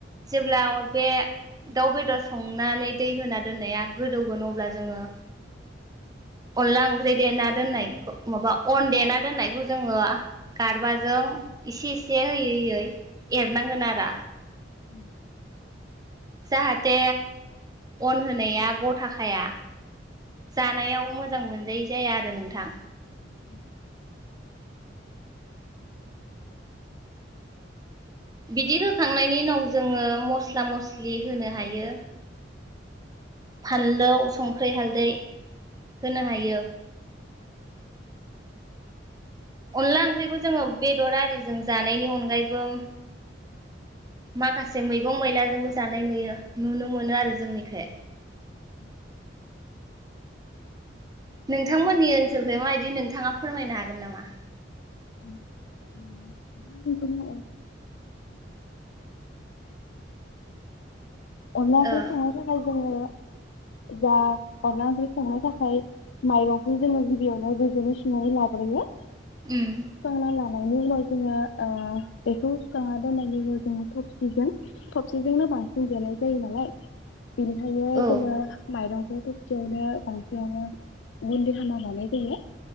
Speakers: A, on the right; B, on the left.
A: जेब्ला बे दाउ बेदर संनानै दै होना दोननाया गोदौगोन अब्ला जोंङो अनला ओंख्रि देना दोननायखौ माबा अन देना दोननायखौ जोंङो गारबाजों एसे एसे होयै होयै एरनांगोन आरो
B: ओम
A: जाहाथे अन होनाया गथा खाया। जानायाव मोजां मोन जायि जाया आरो नोंथां।
B: उम
A: बिदि होखांनायनि उनाव जोङो मस्ला मस्लि होनो हायो फानलौ, संख्रि, हालदै होनो हायो अनला ओंख्रिखौ जोंङो बेदर आरिजों जानायनि अनगायैबो माखासे मैगं मैलाजोंबो जानाय नुयो नुनो मोनो आरो जोंनिखै
B: ओम
A: नोंथांमोननि ओनसोलखै माबायदि नोंथाङा फोरमायनो हागोन नामा?
B: <inaudible> गिबियावनो अनला
A: ओ
B: जों संनो थाखाय जोङो जा अनला ओंख्रि संनो थाखाय माइरंखौ जोंङो गिबियावनो <unintelligible> सुनानै लाग्रोयो
A: ओम
B: सुना लानायनि उनाव जोंङो ओ बेखौ सुखांना दोननायनि उनाव जोंङो थबसिजों थबसिजोंनो बांसिन देनाय जायो नालाय बेनिखायनो
A: औ
B: जोंङो माइरं थबसियावनो बांसिनानो <unintelligible> जायो।